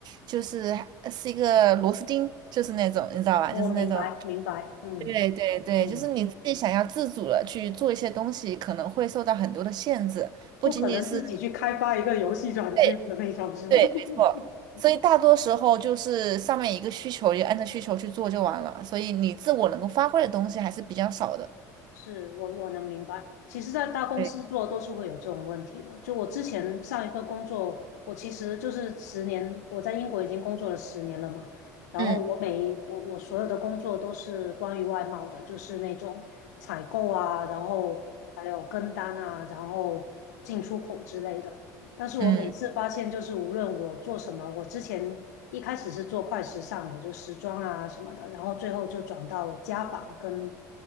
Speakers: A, on the right; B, on the left.
A: 就是是一个螺丝钉，就是那种你知道吧，
B: 我明白，
A: 就是那种。
B: 明白，嗯
A: 对对对，
B: 嗯，
A: 就是你自己想要自主的去做一些东西，可能会受到很多的限制，不仅仅是
B: 不可能自己去开发一个游戏软件的那种，
A: 对
B: 是吧？
A: 对，
B: <laughs>
A: 没错。所以大多时候就是上面一个需求，就按照需求去做就完了。所以你自我能够发挥的东西还是比较少的。
B: 是我我能明白。其实，在大公司做都是会有这种问题的。
A: 对
B: 就我之前上一份工作，我其实就是十年，我在英国已经工作了十年了嘛。然后我每一我我所有的工作都是关于外贸的，
A: 嗯
B: 就是那种采购啊，然后还有跟单啊，然后进出口之类的。但是我每次发现，
A: 嗯
B: 就是无论我做什么，我之前一开始是做快时尚的，就时装啊什么的，然后最后就转到家纺跟